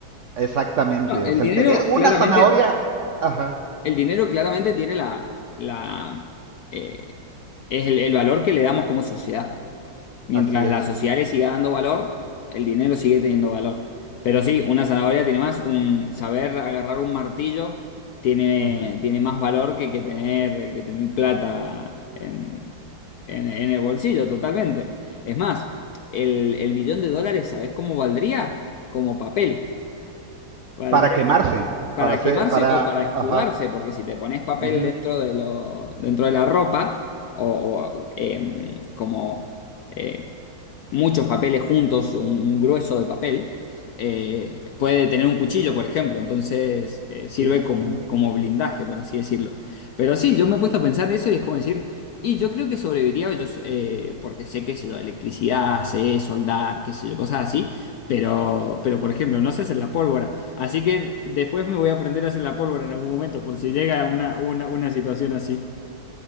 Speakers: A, on the right; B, on the left.
A: exactamente.
B: No, el
A: O sea,
B: dinero
A: el tener una
B: claramente
A: zanahoria, ajá,
B: El dinero claramente tiene la, la eh, es el, el valor que le damos como sociedad. Mientras
A: así es.
B: la sociedad le siga dando valor, el dinero sigue teniendo valor. Pero sí, una zanahoria tiene más, un saber agarrar un martillo tiene,
A: Ujú.
B: tiene más valor que, que tener, que tener plata en, en- en el bolsillo, totalmente. Es más, el, el millón de dólares, ¿sabés cómo valdría? Como papel. Valdría
A: Para quemarse,
B: ¿Para
A: para hacer,
B: quemarse
A: para,
B: o para escudarse?
A: ajá,
B: Porque si te pones papel
A: ujú,
B: dentro de lo, dentro de la ropa, o, o, em, como eh, muchos papeles juntos, un, un grueso de papel, eh, puede tener un cuchillo, por ejemplo, entonces eh, sirve
A: sí,
B: como,
A: ujú.
B: como blindaje, por así decirlo. Pero sí, yo me he puesto a pensar eso y es como decir, y yo creo que sobreviviría, yo, eh, porque sé, qué sé yo, electricidad, sé soldar, qué sé yo, cosas así. Pero, pero, por ejemplo, no sé hacer la pólvora. Así que después me voy a aprender a hacer la pólvora en algún momento, por si llega una, una, una situación así.